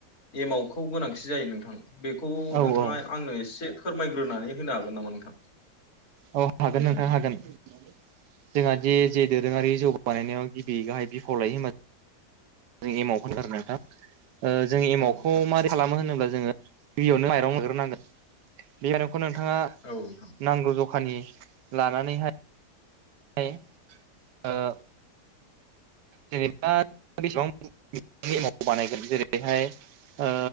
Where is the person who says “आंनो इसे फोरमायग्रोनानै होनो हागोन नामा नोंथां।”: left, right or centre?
Left